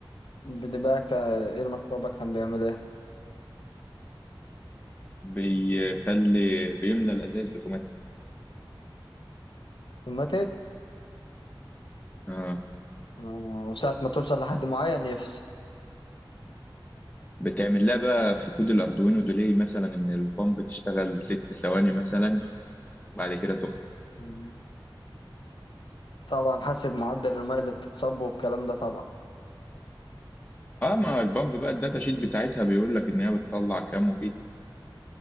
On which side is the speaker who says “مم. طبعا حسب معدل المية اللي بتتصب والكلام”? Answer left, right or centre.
Left